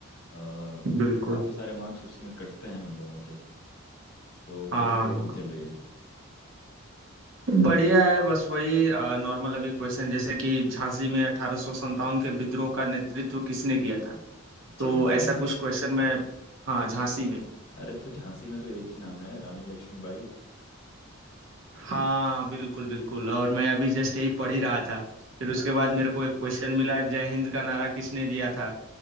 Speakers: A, on the left; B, on the right.
A: काफी
B: बिल्कुल
A: सारे मार्क्स उसी में कटते हैं हम लोगों के तो
B: हाँ
A: कैसी तैयारी
B: हाँ
A: चल रही है
B: बढ़िया है बस वही नॉर्मल अभी क्वेश्चन जैसे कि झांसी में अठारह सौ संतावन के विद्रोह का नेतृत्व किसने किया था
A: झांसी
B: तो ऐसा
A: में
B: कुछ क्वेश्चन मैं हाँ झांसी में
A: अरे तो झांसी में तो एक ही नाम है रानी लक्ष्मीबाई
B: हाँ बिल्कुल बिल्कुल और मैं अभी जस्ट यही पढ़ ही रहा था फिर उसके
A: अच्छा
B: बाद मेरे को एक क्वेश्चन मिला जय हिंद का नारा किसने दिया था